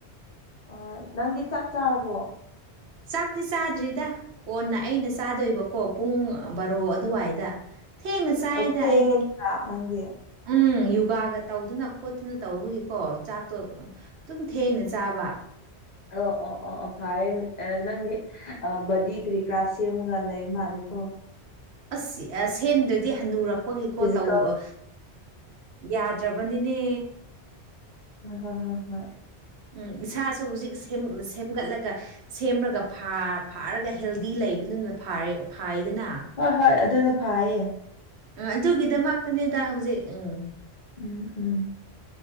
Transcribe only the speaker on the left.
ꯑꯣꯏ ꯅꯪꯗꯤ ꯆꯥꯛ ꯆꯥꯔꯕꯣ꯫
ꯑꯣ ꯊꯦꯡꯉꯦꯗꯅ
ꯅꯪꯗꯤ꯫
ꯑꯣ ꯑꯣ ꯑꯣ ꯑꯣ ꯐꯥꯏꯌꯦ ꯑ ꯅꯪꯗꯤ꯫ ꯑ ꯕꯗꯤ ꯀꯔꯤ ꯀꯔꯥ ꯁꯦꯝꯃꯒ ꯂꯩ ꯃꯥꯜꯂꯦꯀꯣ꯫
ꯐꯤꯖꯤꯀꯦꯜ
ꯍꯣ ꯍꯣ ꯍꯣ ꯍꯣꯏ꯫
ꯍꯣꯏ ꯍꯣꯏ ꯑꯗꯨꯅ ꯐꯥꯏꯌꯦ꯫
ꯎꯝ ꯎꯝ꯫